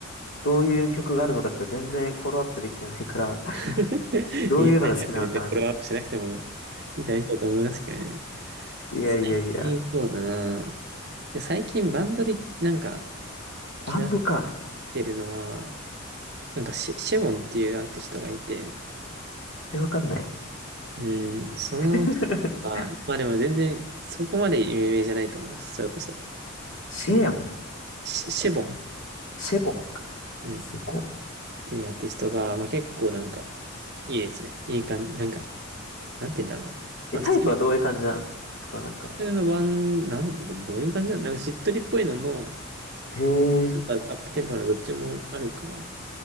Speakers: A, on the left; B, on the right.
A: どういう曲があるのかとか全然フォローアップできてないから、
B: <laughs>
A: どういうのが好きなのかなと思っ
B: いい、大丈夫って別にフォローアップしなくてもいい、大丈夫だと思いますけどね。
A: て。いやいやいや、
B: 最近そうだな。で最近バンドでなんか
A: バンドか。
B: 気出してるのは、なんかシェ、シェウォンっていうアーティストがいて、
A: え、わかんない。
B: うん、その人は、
A: <laughs>
B: まあでも全然そこまで有名じゃないと思います。それこそ。
A: シェヨン、
B: シェ、シェボン、
A: シェボン。
B: うん、
A: すごっ。
B: っていうアーティストが、まあ結構なんかいいですね。いい感じ、なんか、なんて言うんだろうな。
A: え、
B: まあ普
A: タイプはどういう感じなんですかなんか。
B: 通のバン、なん、どういう感じなのなんかしっとりっぽいのも、
A: へえ、
B: ちょっとアップテンポのどっちもあるかな。